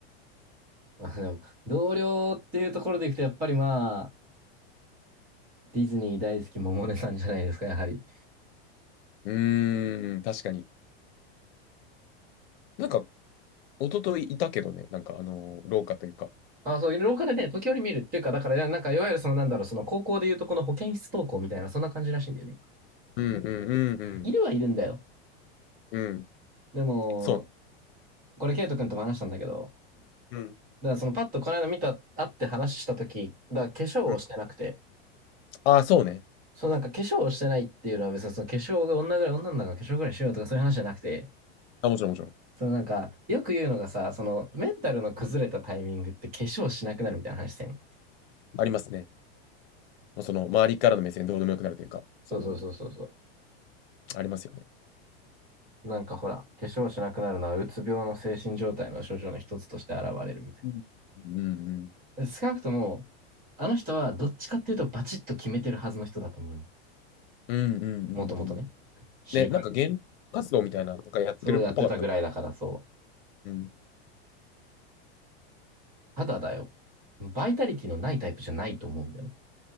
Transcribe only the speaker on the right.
まあでも、同僚っていうところでいくと、やっぱりまあ、ディズニー大好き百音さんじゃないですか、やはり。
あ、そう、廊下でね、時折見るっていうか、だから、なんか、いわゆるその、なんだろう、その高校でいうとこの保健室登校みたいな、そんな感じらしいんだよね。
いるはいるんだよ。
でも、
これ、ケイト君とも話したんだけど、
だからそのパッとこの間見た、会って話した時だから化粧をしてなくて、
そのなんか化粧をしてないっていうのは別にその化粧が女ぐらい、女の子が化粧ぐらいしようとかそういう話じゃなくて、
そのなんか、よく言うのがさ、そのメンタルの崩れたタイミングって化粧しなくなるみたいな話してん。
そうそうそうそうそう。
なんかほら、化粧しなくなるのはうつ病の精神状態の症状の一つとして現れるみたい
な。少なくとも、あの人はどっちかっていうとバチッと決めてるはずの人だと思うよ。
もともとね。知る限
そうやってたぐらいだからそう。
ただだよ。バイタリティのないタイプじゃないと思うんだよね。